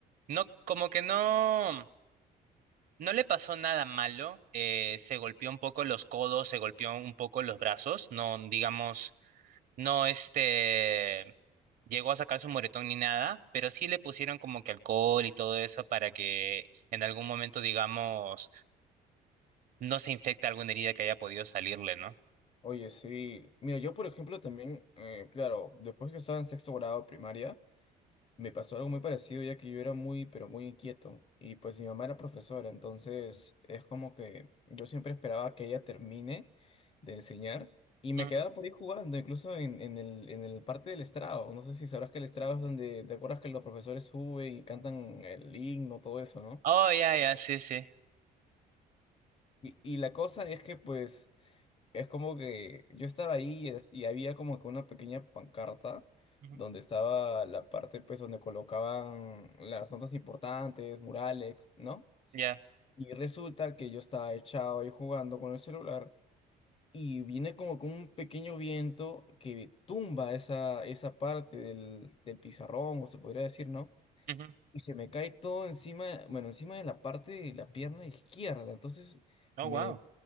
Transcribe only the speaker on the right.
no, como que no. No le pasó nada malo, eh, se golpeó un poco los codos, se golpeó un poco los brazos, no, digamos, no, este, llegó a sacar su moretón ni nada, pero sí le pusieron como que alcohol y todo eso para que en algún momento, digamos, no se infecte alguna herida que haya podido salirle, ¿no?
Ujú.
Oh, ya, ya, sí, sí.
Ujú,
Ya.
ujú.
Oh,
wow.